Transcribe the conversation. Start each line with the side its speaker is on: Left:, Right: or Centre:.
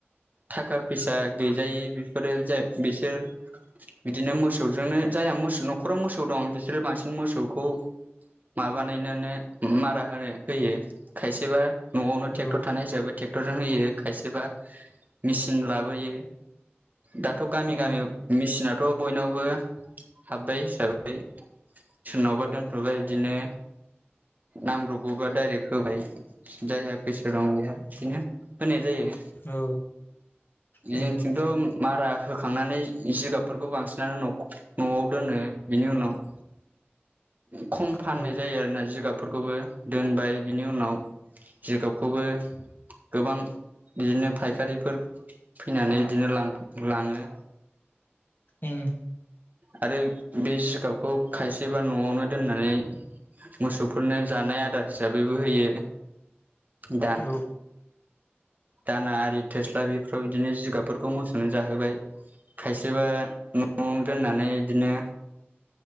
Right: थाखा फैसा गैजायै बेफोरो जा बिसोर बिदिनो मोसौजोंनो जायहा मोसौ न'खराव मोसौ दं बिसोरो बांसिन मोसौखौ माबानानैनोनो मारा होनो होयो खायसेबा। न'यावनो ट्रेक्टर
Left: औ
Right: थानाय हिसाबै ट्रेक्टरजों होयो खायसेबा मेचिन लाबोयो दाथ' गामि
Left: उम
Right: गामियाव मेसिना थ' बयनावबो हाबबाय हिसाबै सोरनावबा दोनथ'बाय बिदिनो नांब्रबगौबा डाइरेक्ट होबाय जायहा फैसा दं बेहा बिदिनो होनाय जायो।
Left: औ।
Right: जोंनिथिंथ'
Left: नंगौ नोंथां
Right: मारा होखांनानै जिगाबफोरखौ बांसिनानो न'याव दोनो बेनि उनाव।
Left: <inaudible>
Right: खम फाननाय
Left: औ
Right: जायो आरोना जिगाब फोरफोरखौबो दोनबाय बिनि उनाव जिगाबखौबो। गोबां बिदिनो फायखारिफोर फैनानै बिदिनो लाङो।
Left: ओम
Right: आरो बे जिगाबखौ खायसेबा न'यावनो दोननानै मोसौफोरनो जानाय आदार हिसाबैबो होयो। दान
Left: औ
Right: दाना आरि थस <unintelligible> दा बेफोराव बिदिनो जिगाबफोरखौ मोसौनो जाहोबाय खायसेबा न'आवनो दोननानै बिदिनो।